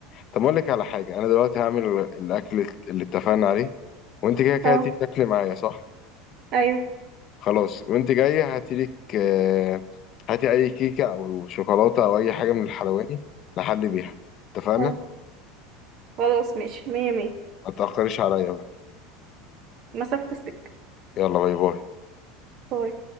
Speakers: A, on the left (about 45°); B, on the right (about 50°).
A: طب أقول لك على حاجة أنا دلوقتي هعمل الأكل اللي اتفقنا عليه وأنت كده كده
B: اه
A: هتيجي تاكلي معايا صح؟
B: ايوه
A: خلاص وانت جاية هاتي لك آه، هاتي اي كيكة او شوكولاتة او اي حاجة من الحلواني لحد بيها اتفقنا
B: اه خلاص ماشي مية مية
A: ما تأخريش عليا بقى
B: مسافة السكة
A: يلا باي باي
B: باي